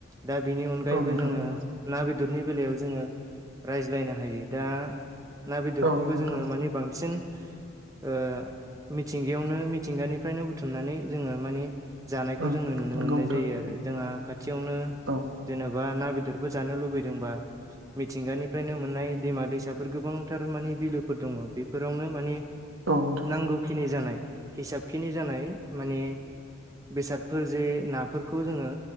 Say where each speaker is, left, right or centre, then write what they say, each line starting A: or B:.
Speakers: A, on the right; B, on the right.
A: दा बिनि अनगायैबो
B: औ नोंथां
A: जोङो
B: नंगौ
A: ना बेदरनि बेलायाव जोङो रायज्लायनो हायो दा ना बेदरखौबो
B: औ नंगौ नोंथां
A: जोङो मानि बांसिन ओ मिथिंगायावनो मिथिंगानिफ्रायनो बुथुमनानै जोङो मानि जानायखौ
B: उम
A: जोङो नुनो
B: नंगौ
A: मोननाय
B: नोंथां
A: जायो। आरो जोंहा खाथियावनो
B: औ
A: जेनेबा ना बेदर गिदिरफोर जानो लुबैदोंबा मिथिंगानिफ्रायनो मोननाय दैमा दैसाफोर गोबांथार मानिे बिलोफोर दङ बेफोरावनो मानि
B: औ नोंथां
A: नांगौखिनि जानाय हिसाब खिनि जानाय माने बेसादफोर जे नाफोरखौ जोङो